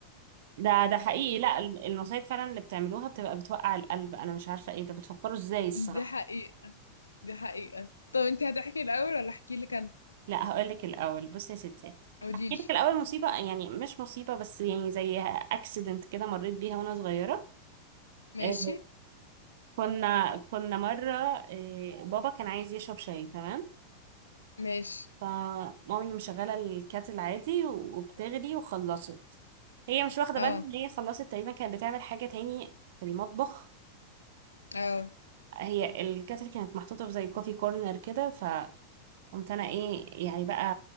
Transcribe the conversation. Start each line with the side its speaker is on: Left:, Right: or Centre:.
Right: ده ده حقيقي لا ال- المصايب فعلا اللي بتعملوها بتبقى بتوقع القلب انا مش عارفه ايه ده بتفكروا ازاي الصراحه
Left: <laughs> دي حقيقه دي حقيقه طب انتي هتحكي الاول ولا احكي لك انا
Right: لا هقول لك الاول بصي يا ستي
Left: قولي
Right: هحكي
Left: لي
Right: لك الاول مصيبه يعني مش مصيبه بس يعني زي اكسيدنت كده مريت بيها وانا صغيره
Left: ماشي
Right: آه، كنا كنا مره آه، بابا كان عايز يشرب شاي تمام
Left: ماشي
Right: فمامي مشغلة الكاتل عادي وبتغلي وخلصت هي مش واخدة
Left: اه
Right: بالها ان هي خلصت تقريبا كانت بتعمل حاجة تاني في المطبخ
Left: اه
Right: هي الكاتل كانت محطوطة في زي كوفي كورنر كده فقمت انا ايه يعني بقى